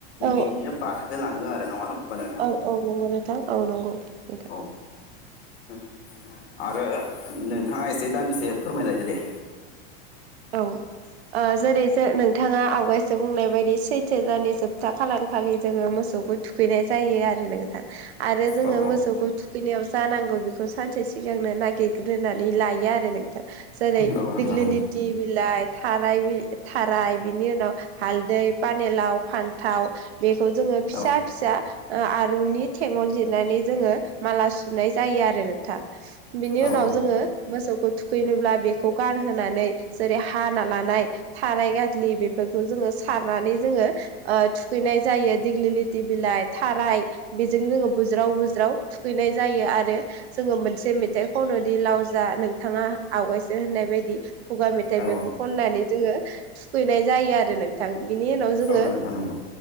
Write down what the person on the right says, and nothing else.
औ
औ औ नंगौ नोंथां औ नंगौ। नोंथां
औ। ओ जेरै जो नोंथाङा आवगायसो बुंनाय बायदि सैथो दाननि जोबथा खालारखालि जोङो मोसौखो थु खैनाय जायो आरो नोंथां आरो जोङो
मोसौखौ थु खैनायाव जानांगौ बेखौ सानसे सिगांनो नागिरग्रोनानै लायो आरो नोंथां। जेरै
दिग्लि
लिथि बिलाइ थाराय बि थाराय बिनि उनाव हालदै पानेलाव फान्थाव बेखौ जोङो फिसा
फिसा ओ आरुनि थेंगल जिरनानै जोङो माला सुनाय जायो आरो नोंथां। बिनि उनाव
जोङो मोसौखौ थुखैनोब्ला बेखौ गानहोनानै जेरै हाना लानाय थाराय गाज्लि बेफोरखौ जोङो सारनानै जोङो ओ थुखैनाय जायो दिग्लि लिथि बिलाइ थाराय बेजों जोङो बुज्राव बुज्राव थुखैनाय जायो आरो जोङो मोनसे मेथाइ खननो दि लाव जा नोंथाङा आवगायसो होननाय बायदि खुगा <unintelligible>
बेखौ खननानै जोङो थुखैनाय जायो आरो नोंथां बिनि उनाव जोङो